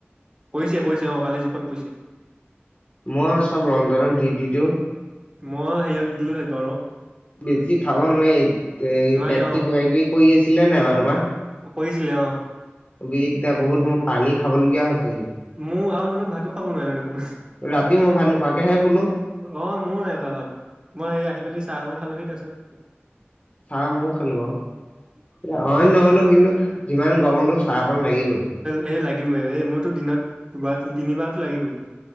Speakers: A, on the right (about 25°); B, on the left (about 35°).
A: পৰিছে পৰিছে অ কালি জোখত পৰিছে।
B: মই চব ৰন্ধনত দি দি দিও।
A: মই সেইয়ক দিলো সেই গৰক।
B: বেছি খাব নোৱাৰি। এই
A: নোৱাৰি
B: পেটটো
A: অ
B: কিবা কিবি কৰি আছিলে নাই বাৰু তোমাৰ?
A: কৰিছিলে অ।
B: বিদ্যা বহুত মোৰ পানী খাবলগীয়া হৈছেহি।
A: মো আউ মইতো ভাতো খাব নোৱাৰিলো দেখুন।
B: ৰাতি মই ভাত নোখোৱাকেহে শুলো
A: অ মও নাই খোৱা ভাত। মই সেই আহি পালিচ চাহ অকন খালোহি তাপিচত।
B: চাহ মও খালো আউ। এয়া অইন নহলেও কিন্তু যিমান গৰম হলো চাহ অকন লাগিবই।
A: সেই লাগিবই, এই মোৰতো দিনত দুবাৰ তি তিনিবাৰতো লাগিবই।